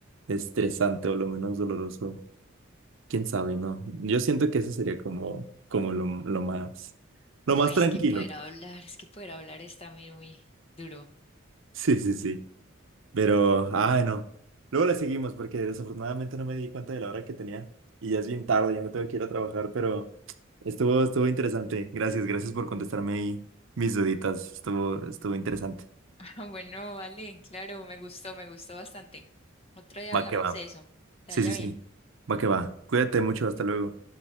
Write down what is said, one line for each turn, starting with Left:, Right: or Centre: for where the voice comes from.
Right: estresante o lo menos doloroso. Quién sabe, ¿no? Yo siento que eso sería como, como lo, lo más, lo más
Left: Uy,
Right: tranquilo.
Left: es que poder
Right: <laughs>
Left: hablar, es que poder hablar es también muy duro. <laughs>
Right: Sí, sí, sí. Pero, ay, no. Luego le seguimos porque desafortunadamente no me di cuenta de la hora que tenía y ya es bien tarde, ya me tengo que ir a trabajar, pero estuvo, estuvo interesante. Gracias, gracias por contestarme ahí mis duditas. Estuvo, estuvo interesante.
Left: Ah, Bueno, vale, claro, me gustó, me gustó bastante. Otro día
Right: Va
Left: hablamos
Right: que va.
Left: de eso. Que te
Right: Sí,
Left: vaya
Right: sí,
Left: bien.
Right: sí. Va que va. Cuídate mucho, hasta luego.